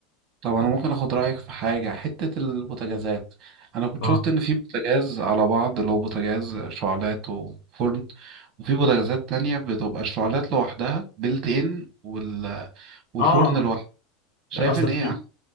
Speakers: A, on the right; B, on the left.
A: طب أنا ممكن أخد رأيك في حاجة حتة البوتاجازات أنا كنت
B: اه
A: شفت إن في بوتاجاز على بعض اللي هو بوتاجاز شعلات وفرن وفي بوتاجازات تانية بتبقى الشعلات لوحدها بيلت إن وال... والفرن
B: اه آه.
A: لوحده شايف
B: قصدك
A: إن إيه أح-